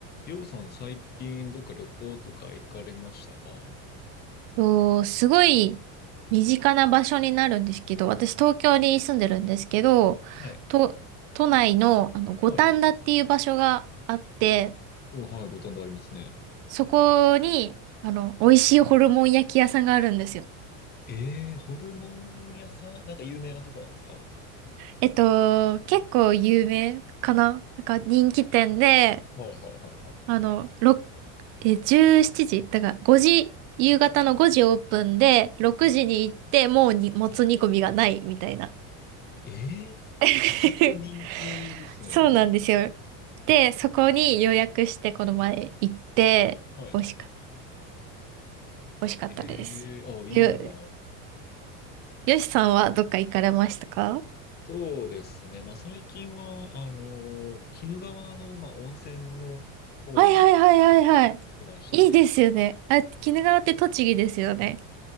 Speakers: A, on the left (about 25°); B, on the right (about 50°).
A: ようさん、最近どっか旅行とか行かれましたかは
B: と、すごい身近な場所になるんですけど、私東京に住んでるんですけど、
A: い
B: と、都内の、あの五反田っていう場所があって、
A: はい。うんはい、ご堪能ありますね。
B: そこにあの美味しいホルモン焼き屋さんがあるんですよ。
A: ええー、ホルモン屋さんなんか有名なとこなんですかは
B: えっと、結構有名かななんか人気店で、
A: いはいはいはい。
B: あの、ろえ、17時だから時、夕方の5時オープンで、6時に行って、
A: はい。
B: もうに、もつ煮込みがないみたいな。
A: はい。ええー、
B: <laughs>
A: めちゃくちゃ人気ですね。
B: そうなんですよ。で、そこに予約してこの前行って、
A: はいはいはい。
B: 美味しかった、美味しかったです。
A: ええー、あ、いいな。
B: よ、よしさんはどっか行かれましたか
A: そうですね。まあ、最近は、あの、鬼怒川の、まあ、温泉の方に、
B: はいはいはいはいはい。
A: はい、行きましたね。
B: いいですよね。あ、鬼怒川って栃木ですよね。